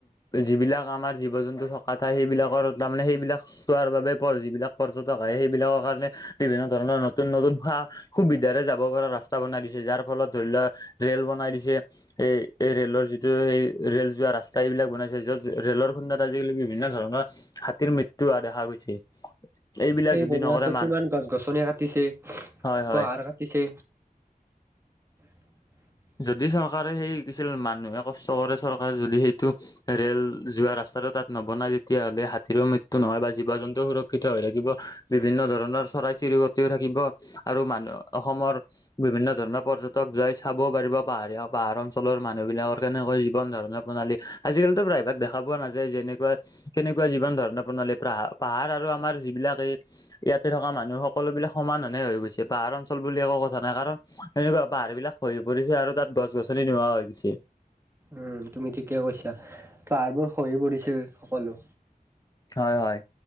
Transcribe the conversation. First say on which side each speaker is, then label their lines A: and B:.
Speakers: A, on the left (about 25°); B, on the right (about 15°).
A: যিবিলাক আমাৰ জীৱ জন্তু থকা ঠাই সেইবিলাকৰ তাৰমানে সেইবিলাক চোৱাৰ বাবে পৰ যিবিলাক পৰ্যটক আহে সেইবিলাকৰ কাৰণে বিভিন্ন ধৰণৰ নতুন নতুন সা সুবিধাৰে যাব পৰা ৰাস্তা বনাই দিছে যাৰ ফলত ধৰি লোৱা ৰেল বনাই দিছে এ। এই ৰেলৰ যিটো। যে সেই ৰেল যোৱা ৰাস্তা এইবিলাক বনাইছে য'ত ৰেলৰ খুন্দাত আজিকালি বিভিন্ন ধৰণৰ হাতীৰ মৃত্যু মৃত্যু হোৱা দেখা গৈছে এইবিলাক
B: সেই
A: যদি
B: বনোৱাতো
A: নকৰে মান
B: কিমান গছ গছনি কাটিছে,
A: হয় হয়
B: পাহাৰ কাটিছে। <inaudible>
A: যদি চৰকাৰে সেই কি আছিল মানুহে কষ্ট কৰে চৰকাৰে যদি সেইটো ৰেল যোৱা ৰাস্তাটো তাত নবনাই তেতিয়াহ'লে হাতীৰো মৃত্যু নহয় বা জীৱ জন্তুও সুৰক্ষিত হৈ থাকিব বিভিন্ন ধৰণৰ চৰাই চিৰিক তিও থাকিব আৰু মানুহ অসমৰ বিভিন্ন ধৰণৰ পৰ্যটক যাই চাব পাৰিব পাহাৰীয়া, পাহাৰ অঞ্চলৰ মানুহ বিলাকৰ কেনেকৈ জীৱন ধাৰণা প্ৰণালী। আজিকালিতো প্ৰায়ভাগ দেখা পোৱা নাযায় যেনেকুৱা কেনেকুৱা জীৱন ধৰণৰ প্ৰণালী পাহ পাহাৰ আৰু আমাৰ যিবিলাক এই ইয়াতে থকা মানুহ সকলোবিলাক সমান হানে হৈ গৈছে পাহাৰ অঞ্চল বুলি একো কথা নাই কাৰণ সেনেকুৱা পাহাৰ বিলাক খহি পৰিছে আৰু তাত গছ গছনি নোহোৱা হৈ গৈছে।
B: উম তুমি ঠিকে কৈছা পাহাৰবোৰ খহি পৰিছে সকলো
A: হয় হয়।